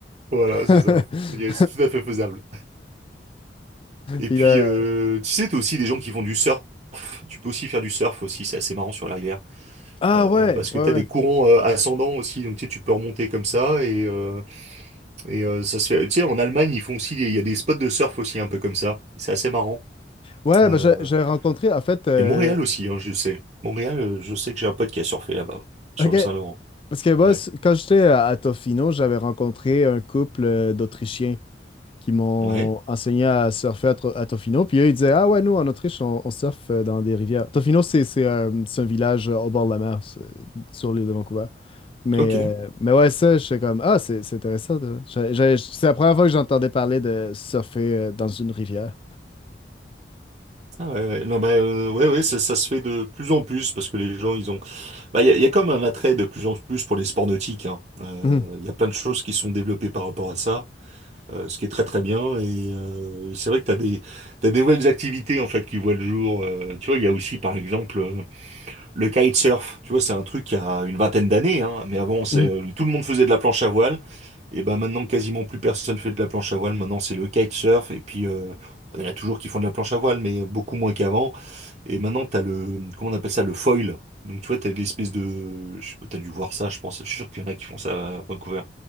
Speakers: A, on the right; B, on the left.
A: Voilà, c'est
B: <laughs>
A: ça. Et C'est tout à fait faisable. Et
B: Puis
A: puis,
B: là,
A: euh, tu sais, t'as aussi des gens qui font du surf. Tu peux aussi faire du surf aussi. C'est assez marrant sur la rivière.
B: ah
A: Euh,
B: ouais,
A: parce
B: ouais,
A: que tu as
B: ouais.
A: des courants euh, ascendants aussi, donc tu sais, tu peux remonter comme ça. Et, euh, et euh, ça se fait. Tu sais, en Allemagne, ils font aussi, des- il y a des spots de surf aussi, un peu comme ça. C'est assez marrant.
B: Ouais,
A: Euh,
B: ben, j'ai j'ai rencontré, en fait, euh,
A: et Montréal aussi, hein, je sais. Montréal, euh, je sais que j'ai un pote qui a surfé là-bas, sur
B: ok,
A: le Saint-Laurent.
B: parce que moi,
A: Ouais,
B: c- quand j'étais à, à Tofino, j'avais rencontré un couple euh, d'Autrichiens. qui m'ont
A: ouais,
B: enseigné à surfer à, Tro- à Tofino. Puis eux, ils disaient, ah ouais, nous, en Autriche, on, on surfe euh, dans des rivières. Tofino, c'est c'est, euh, c'est un village euh, au bord de la mer, c'est- sur l'île de Vancouver. Mais,
A: ok.
B: euh, mais ouais, ça, j'étais comme, ah, c'est c'est intéressant. de- j'ai- j'ai- C'est la première fois que j'entendais parler de surfer euh, dans une rivière.
A: Ah ouais, ouais. Non, bah, euh, ouais, ouais, ça, ça se fait de plus en plus parce que les gens, ils ont. Bah, il y a, il y a comme un attrait de plus en plus pour les sports nautiques, hein. Euh,
B: Mhm,
A: Il y a plein de choses qui sont développées par rapport à ça. euh, ce qui est très très bien. Et euh, c'est vrai que tu as des, t'as des nouvelles activités en fait qui voient le jour. Euh, tu vois, il y a aussi par exemple euh, le kitesurf. Tu vois, c'est un truc qui a une vingtaine d'années, hein, mais avant, c'est,
B: mhm.
A: euh, tout le monde faisait de la planche à voile. Et ben maintenant, quasiment plus personne fait de la planche à voile. Maintenant, c'est le kitesurf. Et puis, euh, il y en a toujours qui font de la planche à voile, mais beaucoup moins qu'avant. Et maintenant, tu as le, comment on appelle ça, le foil. Donc, tu vois, tu as l'espèce de. Je sais pas, tu as dû voir ça, je pense. Je suis sûr qu'il y en a qui font ça à Vancouver.